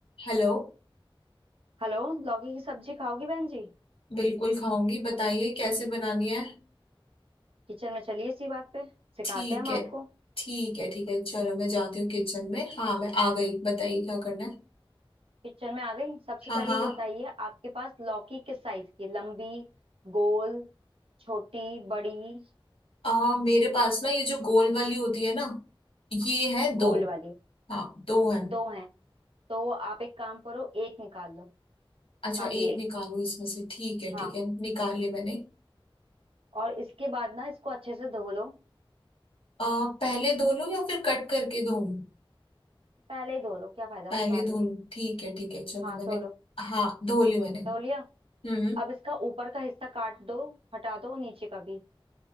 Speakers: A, on the left; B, on the right.
A: Hello
B: Hello लौकी की सब्जी खाओगी बहन जी
A: बिल्कुल खाऊंगी बताइए कैसे बनानी है
B: किचन में चलिए इसी बात पे सिखाते
A: ठीक
B: हैं हम
A: है
B: आपको
A: ठीक है ठीक है चलो मैं जाती हूँ किचन में हाँ मैं आ गई बताइए क्या करना है
B: किचन में आ गई सबसे
A: हाँ
B: पहले
A: हाँ
B: ये बताइए आपके पास लौकी किस साइज की है? लंबी गोल छोटी बड़ी
A: आ, मेरे पास ना ये जो गोल वाली होती है ना ये है दो
B: गोल वाली
A: हाँ दो है
B: दो हैं तो आप एक काम करो एक निकाल लो
A: अच्छा
B: काफी
A: एक
B: एक
A: निकालो इसमें से ठीक है
B: हाँ
A: ठीक है निकाल लिया मैंने
B: और इसके बाद ना इसको अच्छे से धो लो
A: आ, पहले धो लूँ या फिर कट करके धो लूं?
B: पहले ही धो लो क्या फायदा
A: पहले
B: बाद
A: धो
B: में
A: लूँ ठीक है ठीक है चलो
B: हाँ
A: मैंने
B: धो लो
A: हाँ धो ली मैंने
B: धो लिया
A: हम्म
B: अब इसका ऊपर का हिस्सा काट दो हटा दो नीचे का भी